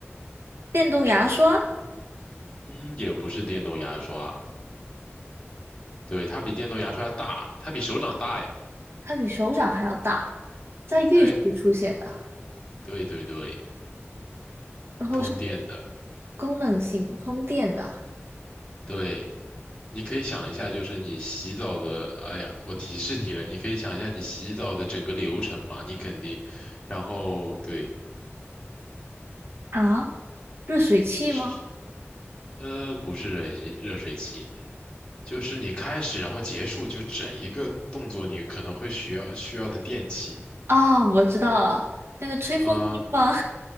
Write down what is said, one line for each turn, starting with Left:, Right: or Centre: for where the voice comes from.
Right: 电动牙刷，
Left: 嗯，也不是电动牙刷，对，它比电动牙刷大，它比手掌大呀，
Right: 它比手掌还要大，在浴室出现的，
Left: 对，对对对，
Right: 然后是
Left: 通电的，
Right: 功能性通电的
Left: 对。你可以想一下，就是你洗澡的，哎呀，我提示你了，你可以想一下你洗澡的整个流程嘛，你肯定，然后对，
Right: 啊，热水器吗？
Left: 是，呃，不是热水热水器，就是你开始然后结束，就整一个动作，你可能会需要需要的电器，
Right: 啊，我知道了，那个吹风机吧。
Left: 啊、